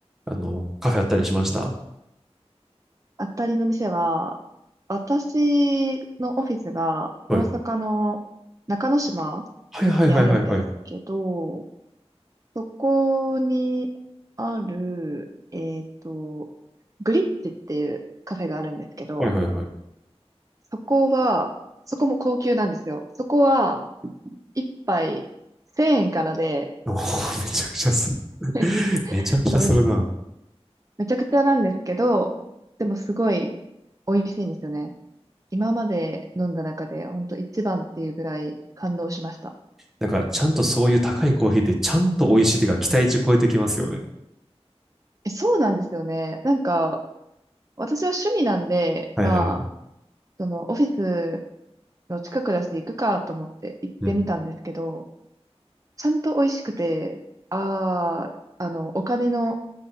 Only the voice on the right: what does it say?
あたりの店は、私のオフィスが大阪の中之島
にあるんですけど、そこにある、えっと、グリッチっていうカフェがあるんですけど、
そこは、そこも高級なんですよ。そこは、一杯1000円からで、
<laughs>
そうめ、めちゃくちゃなんですけど、でもすごい美味しいんですよね。今まで飲んだ中で、ほんと一番っていうぐらい感動しました。
え、そうなんですよね。なんか、私は趣味なんで、
まあ、そのオフィスの近くだし行くかと思って行ってみたんですけど、
ちゃんと美味しくて、ああ、あの、お金の、